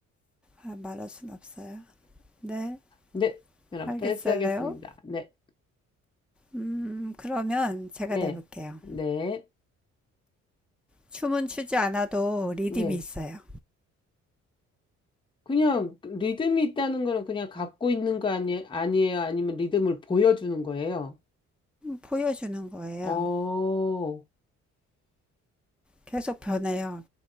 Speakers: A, in the centre; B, on the left.
A: 아, 말할 순 없어요. 네,
B: 네, 그럼
A: 알겠어요.
B: 패스하겠습니다. 네,
A: 음, 그러면 제가
B: 네,
A: 내볼게요.
B: 네,
A: 춤은 추지 않아도 리듬이
B: 네.
A: 있어요.
B: 그냥 리듬이 있다는 거는 그냥 갖고 있는 거 아니, 아니에요? 아니면 리듬을 보여주는 거예요?
A: 보여주는 거예요.
B: 어,
A: 계속 변해요.